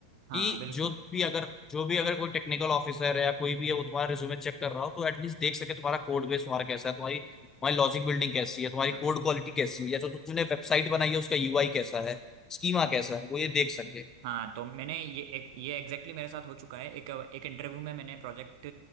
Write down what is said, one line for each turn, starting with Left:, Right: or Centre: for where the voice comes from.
Right: हाँ
Left: कि
Right: बिल्कुल
Left: जो भी अगर जो भी अगर कोई टेक्निकल ऑफिसर है या कोई भी है वो तुम्हारा रिज्यूमे चेक कर रहा हो तो एटलीस्ट देख सके तुम्हारा कोड बेस तुम्हारा कैसा है तुम्हारी तुम्हारी लॉजिक बिल्डिंग कैसी है तुम्हारी
Right: हाँ।
Left: कोड क्वालिटी कैसी है या जो तुमने वेबसाइट बनाई है उसका यूआई कैसा है स्कीमा कैसा है वो ये देख सके
Right: हाँ तो मैंने ये एक ये एग्जैक्टली exactly मेरे साथ हो चुका है एक एक इंटरव्यू में मैंने प्रोजेक्ट